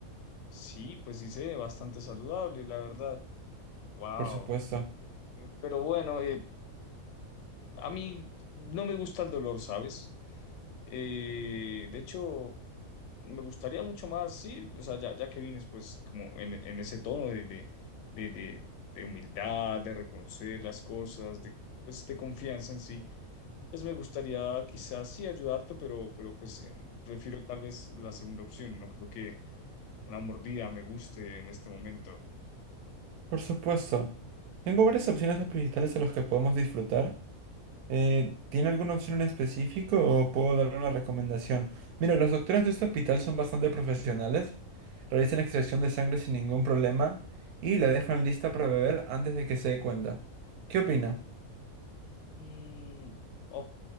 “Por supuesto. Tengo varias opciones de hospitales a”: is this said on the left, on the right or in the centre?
Right